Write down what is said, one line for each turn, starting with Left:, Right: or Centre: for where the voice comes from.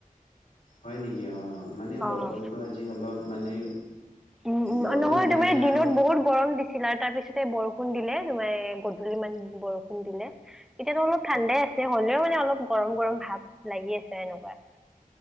Left: হয় নেকি? অঁ মানে বতৰটো
Centre: অ
Left: আজি অলপ মানে
Centre: উম উম
Left: ৰ'দো
Centre: নহয়,
Left: দিয়া
Centre: তোমাৰ
Left: নাই আৰু
Centre: দিনত বহুত গৰম দিছ চিলাৰ তাৰ পিছতে বৰষুণ দিলে তোমাৰ গধূলি মান বৰষুণ দিলে। এতিয়াতো অলপ ঠাণ্ডাই আছে, হলেও মানে অলপ গৰম গৰম ভাৱ লাগি আছে এনেকুৱা।